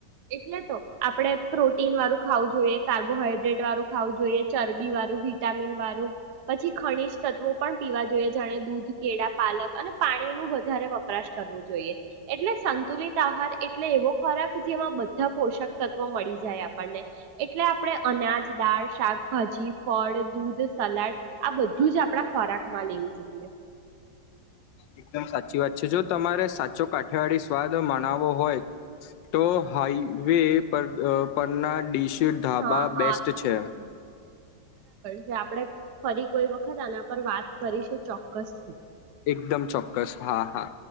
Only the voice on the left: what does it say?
એકદમ સાચી વાત છે, જો તમારે સાચો કાઠિયાવાળડી સ્વાદ મનાવો હોય, તો હાઈવે પર પરના ડીશ ચીર ધાબા
બેસ્ટ છે.
એકદમ ચોક્કસ હા, હા.